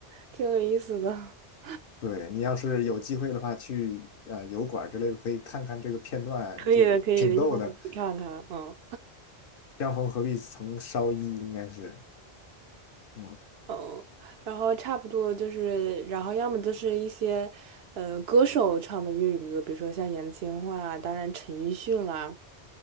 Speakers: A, on the right; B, on the left.
A: 挺有意思的。<laughs>
B: 对，你要是有机会的话，去呃油管儿之类的可以看看这个片段，
A: 可以的，
B: 就挺逗的。
A: 可以的，一会儿我去看看。嗯
B: 江枫何必曾烧衣，应该是嗯
A: <laughs> 嗯，然后差不多就是，然后要么就是一些，呃，歌手唱的粤语歌，比如说像杨千嬅啊，当然陈奕迅啦，